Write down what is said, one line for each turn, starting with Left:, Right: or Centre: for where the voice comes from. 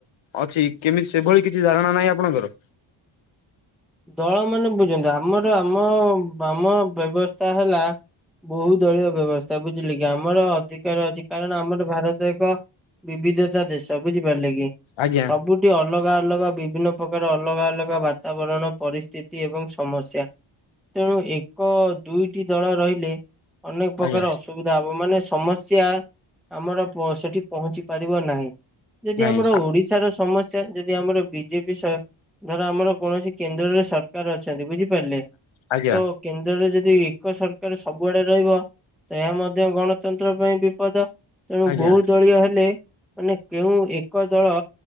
Left: ଅଛି କେମିତି ସେଭଳି କିଛି ଧାରଣା ନାହିଁ ଆପଣଙ୍କର?
Centre: ଦଳ ମାନେ ବୁଝନ୍ତୁ ଆମର ଆମ ବାମ ବ୍ୟବସ୍ଥା ହେଲା ବହୁ ଦଳୀୟ ବ୍ୟବସ୍ଥା ବୁଝିଲେ କି ଆମର ଅଧିକାର ଅଛି କାରଣ ଆମର ଭାରତ ଏକ ବିବିଧତା ଦେଶ ବୁଝିପାରିଲେ କି?
Left: ଆଜ୍ଞା
Centre: ସବୁଠି ଅଲଗା ଅଲଗା ବିଭିନ୍ନ ପ୍ରକାର ଅଲଗା ଅଲଗା ବାତାବରଣ ପରିସ୍ଥିତି ଏବଂ ସମସ୍ୟା ତେଣୁ ଏକ ଦୁଇଟି ଦଳ ରହିଲେ ଅନେକ ପ୍ରକାର
Left: ଆଜ୍ଞା
Centre: ଅସୁବ ବିଧା ମାନେ ସମସ୍ୟା ଆମର ସେଠି ପହଞ୍ଚି ପାରିବ ନାହିଁ। ଯଦି
Left: ନାଇଁ
Centre: ଆମର ଓଡିଶାର ସମସ୍ୟା ଯଦି ଆମର ବିଜେପି ସର-ଧର ଆମର କୌଣସି କେନ୍ଦ୍ରରେ ସରକାର ଅଛନ୍ତି ବୁଝିପାରିଲେ
Left: ଆଜ୍ଞା
Centre: ତ କେନ୍ଦ୍ରରେ ଯଦି ଏକ ସରକାର ସବୁଆଡେ ରହିବ ତ ଏହା ମଧ୍ୟ ଗଣତନ୍ତ୍ର ପାଇଁ ବିପଦ ତେଣୁ
Left: ଆଜ୍ଞା
Centre: ବହୁ ଦଳୀୟ ହେଲେ ମାନେ କେଉଁ ଏକ ଦଳ